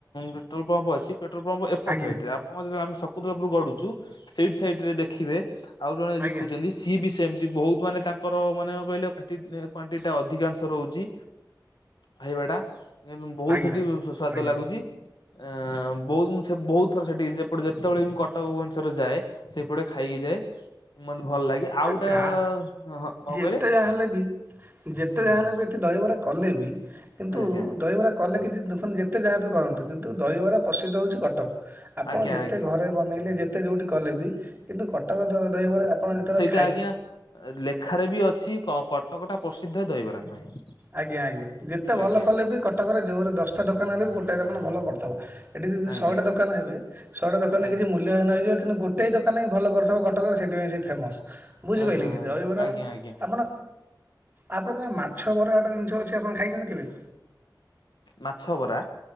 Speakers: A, on the left; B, on the right.
A: ପେଟ୍ରୋଲ ପମ୍ପ ଅଛି ପେଟ୍ରୋଲ ପମ୍ପ ଏପଟ
B: ଆଜ୍ଞା
A: ସାଇଡ ରେ କଣ ଯେତେବେଲେ ଆମେ ଶକୁ ତରଫରୁ ଗଡୁଛୁ ସେଇଠି ସାଇଡ ରେ ଦେଖିବେ ଆଉ ଜଣେ
B: ଆଜ୍ଞା
A: ବିକୁଛନ୍ତି ସିଏ ବି ସେମିତି ବହୁତ ମାନେ ତାଙ୍କର ମାନେ କହିଲେ କ୍ୱାଣ୍ଟିଟୀ ଟା ଅଧିକାଂଶ ରହୁଛି ଖାଇବା ଟା ବହୁତ
B: ଆଜ୍ଞା
A: ସେଠି
B: ଆଜ୍ଞା
A: ସ୍ଵାଦ
B: ଆଜ୍ଞା
A: ଲାଗୁଛି। ଅ ବହୁତ ମୁଁ ସେ ବହୁତ ଥର ସେଠିକି ଯେପଟେ ଯେତେବେଳେ ଭି ମୁଁ କଟକ ଭୁବନେଶ୍ୱର ଯାଏ ସେଇପଟେ ଖାଇକି ଯାଏ ମତେ ଭଲ ଲାଗେ। ଆଉ ଗୋଟା
B: ଯ
A: ହଁ କଣ
B: ଯେତେ
A: କହିଲେ
B: ଯାହା ହେଲେ ବି ଯେତେ
A: ହଁ
B: ଯାହା ହେଲେ ବି ଦହିବରା କଲେ ବି କିନ୍ତୁ
A: ଆଜ୍ଞା
B: ଦହିବରା କଲେ କିଛି ଦୁଃଖ ଯେତେ ଯାହାବି କରନ୍ତୁ। କିନ୍ତୁ ଦହିବରା ପ୍ରସିଦ୍ଧ ହେଉଛି କଟକ ଆପଣ
A: ଆଜ୍ଞା
B: ଯେତେ
A: ଆଜ୍ଞା
B: ଘରେ ବନେଇଲେ ଯେତେ ଯୋଉଠି କଲେ ବି କିନ୍ତୁ କଟକ ଦହିବରା ଆପଣ ଯେତୋବେଳେ
A: ଯେତେ ଆଜ୍ଞା ଲେଖାରେ ବି ଅଛି କଟକ ଟା ପ୍ରସିଦ୍ଧ ଦହିବରା ପାଇଁ।
B: ଆଜ୍ଞା ଆଜ୍ଞା ଯେତେ ଭଲ
A: ଆଜ୍ଞା
B: କଲେ ବି କଟକରେ ଯୋଓରେ ଦଶଟା ଦୋକାନ ହେଲେ ବି ଗୋଟାଏ ଦୋକାନ ଭଲ କରିଥବ। ଏଠି ଯଦି
A: ଆଜ୍ଞା
B: ଶହେଟା ଦୋକାନ ହେବେ ଶହେଟା ଦୋକାନରେ
A: ଆଜ୍ଞା
B: କିଛି ମୂଲ୍ୟ ହିନହେଇଯିବ କିନ୍ତୁ ଗୋଟେ ଦୋକାନ ହିଁ ଭଲ କରୁଥୁବ କଟକରେ ସେଥିପାଇଁ ସେ ଫେମସ। ବୁଝିପାଇଲେକିି
A: ଆଜ୍ଞା
B: ଦହିବରା
A: ଆଜ୍ଞା ଆଜ୍ଞା
B: ଆପଣ ଆପଣ କେବେ ମାଛ ବରା ଗୋଟା ଜିନିଷ ଅଛି ଆପଣ ଖାଇଛନ୍ତି କେବେ?
A: ମାଛ ବରା